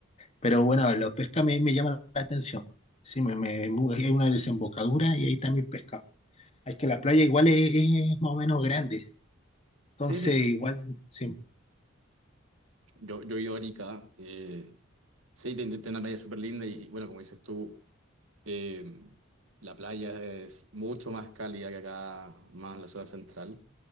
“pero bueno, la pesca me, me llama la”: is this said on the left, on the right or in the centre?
Left